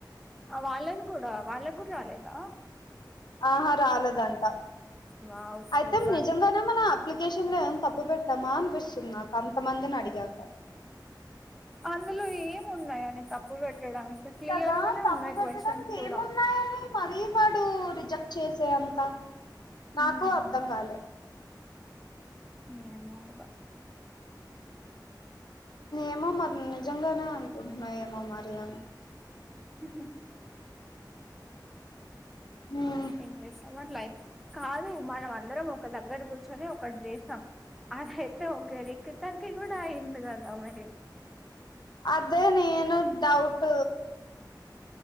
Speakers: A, in the centre; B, on the left.
A: వాళ్ళది కూడా వాళ్ళకు కూడా రాలేదా
B: ఆహా రాలేదంట
A: వావ్ సూపర్
B: అయితే నిజంగానే మన అప్లికేషన్ ఏం తప్పు బెట్టామా అనిపిస్తుంది నాకు అంతమందిని అడిగాక
A: అందులో ఏం ఉన్నాయని తప్పు పెట్ డానికి క్లియర్
B: కదా
A: గానే
B: తప్పు
A: ఉన్నాయి
B: పెట్టడానికి
A: క్వశ్చన్స్ కూడా
B: ఏమున్నాయని మరీ వాడు రిజెక్ట్ చేసే అంత నాకు
A: ఉమ్,
B: అర్థం గాలే
A: ఏమో ఇగ
B: ఏమో మరి నిజంగానే అనుకుంటున్నా ఏమో మరి అని
A: ఉహు
B: ఉమ్,
A: ఏం చేస్తావు లైఫ్ కాదు మనం అందరం ఒక దగ్గర కూర్చొని ఒకటి చేసాం అదైతే ఒక రేకితకి కూడా అయింది కదా మరి
B: అదే నేను డౌట్